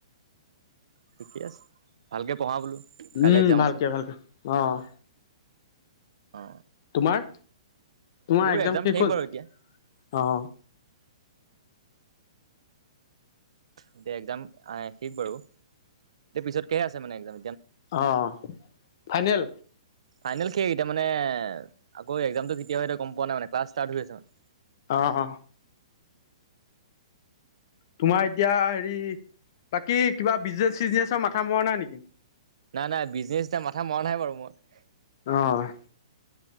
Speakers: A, on the right; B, on the left.
A: ঠিকে আছে, ভালকে পঢ়া বোলো। কাইলৈ
B: উম,
A: এক্জাম
B: ভালকে,
A: আছে
B: ভালকে অ'।
A: অ
B: তোমাৰ, তোমাৰ
A: মোৰ
B: এক্জাম শেষ হ'ল?
A: বাৰু এতিয়া
B: অ'।
A: এতিয়া একজাম শেষ বাৰু এতিয়া পিছতকেহে আছে মানে একজাম।
B: অহ, ফাইনেল।
A: ফাইনেল সেই এতিয়া মানে আকৌ একজামটো কেতিয়া গম পোৱা নাই মানে ক্লাস ষ্টাৰ্ট হৈ আছে মানে।
B: অ অ তোমাৰ এতিয়া হেৰি বাকী কিবা বিজনেচ চিজনেচৰ মাথা মৰা নাই নেকি?
A: নাই, নাই বিজনেচ এতিয়া মাথা মৰা নাই বাৰু মই।
B: অ'।